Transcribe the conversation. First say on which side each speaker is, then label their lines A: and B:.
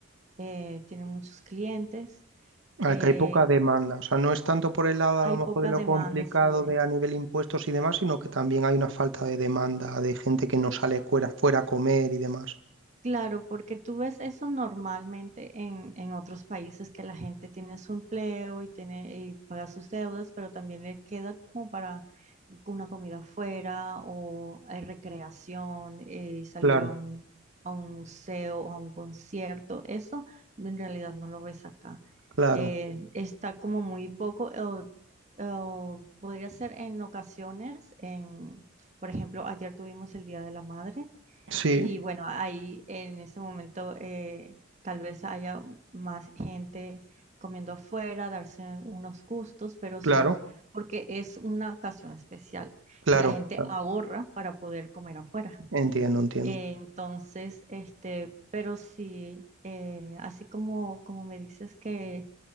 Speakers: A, on the right; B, on the right.
A: eh, tienen muchos clientes. Eh,
B: Acá hay poca demanda. O sea, no es tanto por el lado a
A: hay
B: lo mejor
A: poca
B: de lo
A: demanda,
B: complicado
A: sí, de,
B: de a nivel impuestos y demás, sino que también hay una falta de demanda de gente que no sale fuera, fuera a comer y demás.
A: Claro, porque tú ves eso normalmente en, en otros países que la gente tiene su empleo y tiene y paga sus deudas, pero también le queda como para una comida afuera o eh, recreación, eh, salir
B: Claro,
A: a un, a un museo o a un concierto. Eso en realidad no lo ves acá.
B: claro.
A: Eh, está como muy poco, o- o podría ser en ocasiones, en, por ejemplo, ayer tuvimos el Día de la Madre
B: Sí,
A: y bueno, ahí en ese momento eh, tal vez haya más gente comiendo afuera, darse unos gustos, pero
B: claro,
A: son porque es una ocasión especial
B: claro.
A: y la gente
B: claro.
A: ahorra para poder comer afuera.
B: Entiendo, entiendo.
A: Eh, entonces, este, pero sí, eh, así como, como me dices que